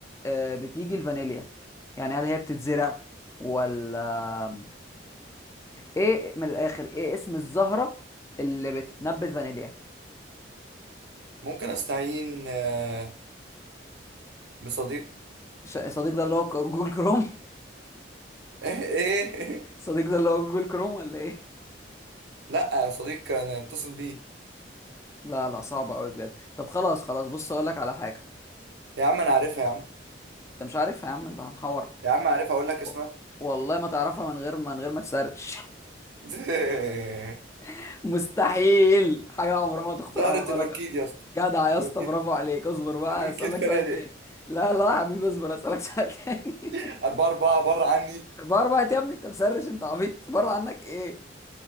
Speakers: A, on the left; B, on the right.
A: آه، بتيجي الفانيليا يعني هل هي بتتزرع ولا ايه من الاخر ايه اسم الزهرة اللي بتنبت فانيليا
B: ممكن استعين آه، بصديق
A: ش- صديق ده اللي هو ك- جوجل كروم
B: ايه ايه
A: <laughs>
B: إيه؟
A: صديق ده اللي هو جوجل كروم ولا ايه
B: لا يا صديق انا اتصل بيه
A: لا لا صعب قوي بجد طب خلاص خلاص بص اقول لك على حاجة
B: يا عم انا عارفها يا عم
A: انت مش عارفها يا عم انت هنحور
B: يا عم عارفها اقول لك اسمها
A: و- والله ما تعرفها من غير ما من غير ما تسرش
B: <laughs>
A: <laughs> مستحيل حاجة عمرها ما تخطر
B: زهرة
A: على بالك
B: الاوركيد
A: اصلا
B: يا اسطى
A: جدع يا
B: الاوركيد
A: اسطى برافو عليك اصبر بقى
B: الاوركيد
A: اسالك
B: فنالي
A: سؤال تاني لا لا يا حبيبي اصبر اسالك سؤال تاني
B: <laughs>
A: <laughs>
B: اربعة اربعة بره عني
A: بره بقى يا ابني انت مسرش انت عبيط بره عنك ايه